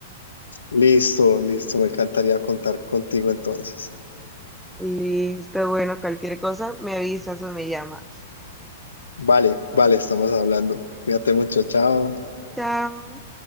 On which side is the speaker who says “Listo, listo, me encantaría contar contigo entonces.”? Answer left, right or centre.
Left